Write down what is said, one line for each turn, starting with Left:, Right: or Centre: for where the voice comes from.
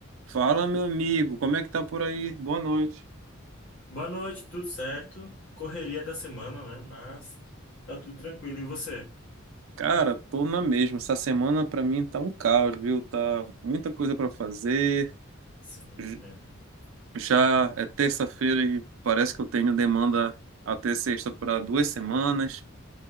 Right: Fala, meu amigo, como é que tá por aí? Boa noite.
Left: Boa noite, tudo certo? Correria da semana, né? Mas tá tudo tranquilo. E você?
Right: Cara, tô na mesma. Essa semana pra mim tá um caos, viu? Tá muita coisa pra fazer.
Left: Sim,
Right: J-
Left: meu Deus.
Right: Já é terça-feira e parece que eu tenho demanda até sexta para duas semanas.